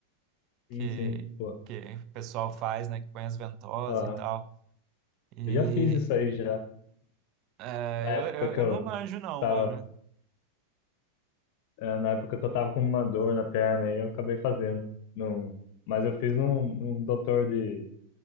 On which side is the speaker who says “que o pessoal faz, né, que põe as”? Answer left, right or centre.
Right